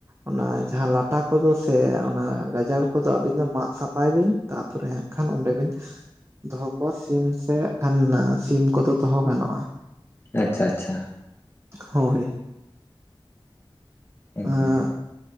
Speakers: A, on the right; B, on the left.
A: ᱚᱱᱟ ᱡᱟᱦᱟᱸ ᱞᱟᱴᱟ ᱠᱚᱫᱚ ᱥᱮ ᱚᱱᱟ ᱜᱟᱡᱟᱲ ᱠᱚᱫᱚ ᱟᱹᱵᱤᱱ ᱫᱚ ᱢᱟᱜ ᱥᱟᱯᱷᱟᱭ ᱵᱤᱱ, ᱛᱟᱯᱚᱨᱮ ᱦᱟᱸᱜ ᱠᱷᱟᱱ ᱚᱸᱰᱮ ᱵᱤᱱ ᱫᱚᱦᱚ ᱠᱚᱣᱟ ᱥᱤᱢ ᱥᱮ ᱦᱟᱸᱜ ᱠᱷᱟᱱ ᱥᱤᱢᱼᱼ ᱠᱚᱫᱚ ᱫᱚᱦᱚ ᱜᱟᱱᱚᱜᱼᱟ᱾
B: ᱟᱪᱪᱷᱟ ᱟᱪᱪᱷᱟ
A: ᱦᱳᱭ
B: ᱮᱠᱫᱚᱢ
A: ᱟᱸ